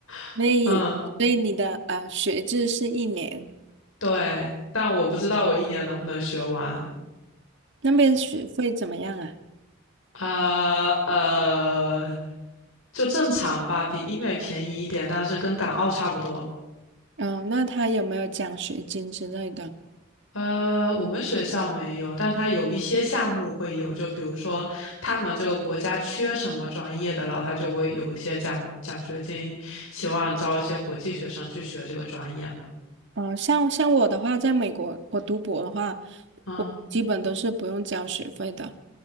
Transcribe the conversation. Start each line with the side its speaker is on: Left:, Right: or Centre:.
Left: <laughs>
Right: 所以，
Left: 嗯，
Right: 所以你的呃学制是一年，
Left: 对，但我不知道我一年能不能学完。
Right: 那边学费怎么样啊？
Left: 呃呃，就正常吧，比英美便宜一点，但是跟港澳差不多。
Right: 嗯、那他有没有奖学金之类的？
Left: 呃，我们学校没有，但它有一些项目会有，就比如说他们这个国家缺什么专业的，然后他就会有一些奖奖学金，希望招一些国际学生去学这个专业嘛。
Right: 嗯、像像我的话，在美国我读博的话，
Left: 嗯。
Right: 我基本都是不用交学费的。